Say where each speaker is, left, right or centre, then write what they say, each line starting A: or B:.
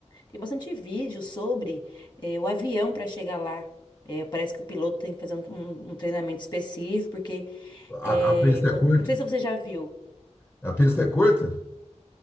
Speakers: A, on the left; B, on the left.
A: tem bastante vídeo sobre é, o avião para chegar lá. É, parece que o piloto tem que fazer um, um- um treinamento específico, porque
B: A,
A: é,
B: a pista é
A: quan-
B: curta?
A: não sei se você já viu.
B: A pista é curta?